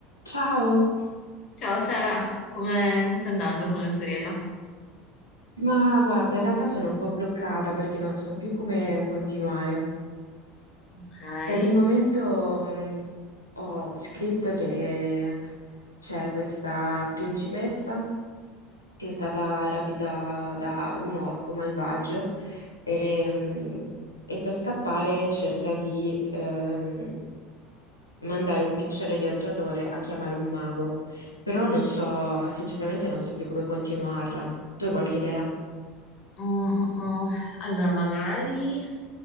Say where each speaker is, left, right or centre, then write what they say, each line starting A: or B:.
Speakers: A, on the left; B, on the left.
A: Ciao,
B: Ciao Sara, come, come sta andando con la storiella?
A: ma guarda, in realtà sono un po' bloccata perché non so più come continuare.
B: Ok.
A: Per il momento mh, ho scritto che c'è questa principessa che è stata rapita da un orco malvagio e, mh, e per scappare cerca di ehm, mandare un piccione viaggiatore a chiamare un mago, però non so, sinceramente non so più come continuarla. Tu hai qualche idea?
B: Mm, mm, mm. Allora, magari